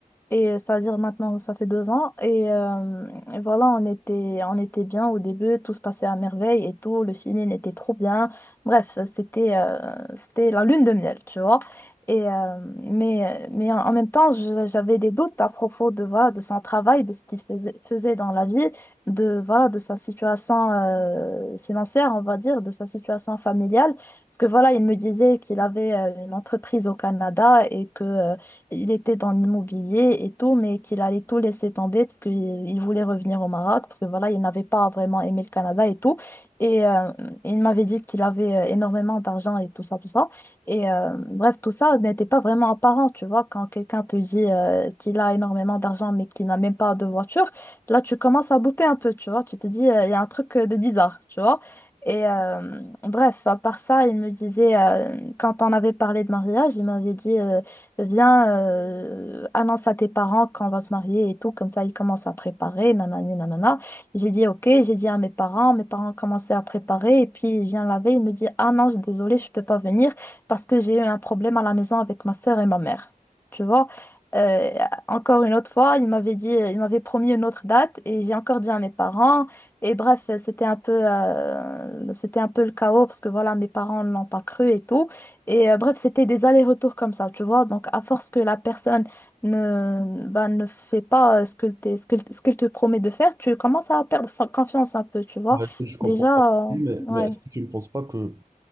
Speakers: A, on the left; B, on the right.
A: Et c'est-à-dire maintenant, ça fait deux ans. Et, euh, et voilà, on était, on était bien au début, tout se passait à merveille et tout, le feeling était trop bien. Bref, c'était euh, c'était la lune de miel, tu vois. Et, euh, mais, mais en en même temps, je- j'avais des doutes à propos de, voilà, de son travail, de ce qu'il faisait faisait dans la vie de, voilà, de sa situation euh, financière, on va dire, de sa situation familiale. Parce que voilà, il me disait qu'il avait euh, une entreprise au Canada et que euh, il était dans l'immobilier et tout, mais qu'il allait tout laisser tomber parce qu'il il voulait revenir au Maroc, parce que voilà, il n'avait pas vraiment aimé le Canada et tout. Et euh, il m'avait dit qu'il avait euh, énormément d'argent et tout ça, tout ça. Et euh, bref, tout ça n'était pas vraiment apparent, tu vois, quand quelqu'un te dit euh, qu'il a énormément d'argent mais qu'il n'a même pas de voiture là, tu commences à douter un peu, tu vois. Tu te dis, euh, il y a un truc euh, de bizarre, tu vois. Et euh, bref, à part ça, il me disait, euh, quand on avait parlé de mariage, il m'avait dit, euh, viens, euh, annonce à tes parents qu'on va se marier et tout. Comme ça, ils commencent à préparer, nanani, nanana. J'ai dit, ok, j'ai dit à mes parents, mes parents commençaient à préparer. Et puis, il vient la veille, il me dit, ah non, je- désolée, je peux pas venir parce que j'ai eu un problème à la maison avec ma sœur et ma mère. Tu vois? Euh, encore une autre fois, il m'avait dit, il m'avait promis une autre date et j'ai encore dit à mes parents. Et bref, c'était un peu, euh, c'était un peu le chaos parce que voilà, mes parents ne l'ont pas cru et tout. Et euh, bref, c'était des allers-retours comme ça, tu vois. Donc, à force que la personne ne, ben, ne fait pas euh, ce que t'es- ce que, ce qu'elle te promet de faire, tu commences à perdre fa- confiance un peu, tu vois.
B: Ouais, que je comprends
A: Déjà,
B: pas, Oui,
A: euh,
B: mais,
A: ouais.
B: mais est-ce que tu ne penses pas que,